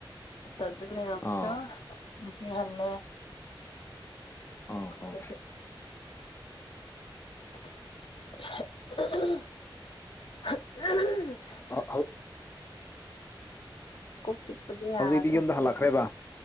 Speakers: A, on the left; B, on the left.
A: ꯇꯔꯗ ꯂꯩꯔꯕꯝꯗ
B: ꯑꯥ
A: ꯅꯨꯡꯁꯤꯍꯜꯂꯦ
B: ꯑꯥ
A: ꯍꯇ <inaudible>
B: ꯑ
A: ꯀꯛ ꯆꯤꯛꯄꯗ ꯌꯥꯗ꯭ꯔꯦ
B: ꯍꯧꯖꯤꯛꯇꯤ ꯌꯨꯝꯗ ꯍꯜꯂꯛꯈ꯭ꯔꯦꯕ